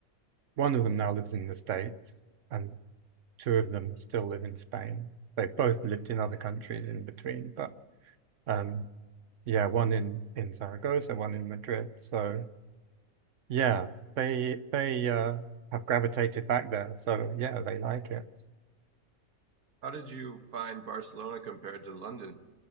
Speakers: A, on the right; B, on the right.
A: One of them now lives in the States, and two of them still live in Spain. They've both lived in other countries in between, but um, yeah, one in in Zaragoza, one in Madrid. So yeah, they they uh, have gravitated back there. So yeah, they like it.
B: How did you find Barcelona compared to London?